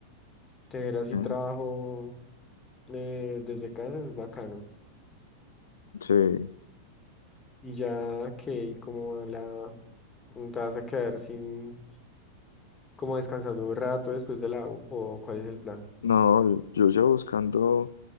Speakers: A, on the left; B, on the left.
A: tener así
B: eh,
A: trabajo eh, desde casa es bacano.
B: sí.
A: Y ya que como a la... ¿No ¿Te vas a quedar sin... como descansando un rato después de la U? ¿O cuál es el plan?
B: No, yo yo buscando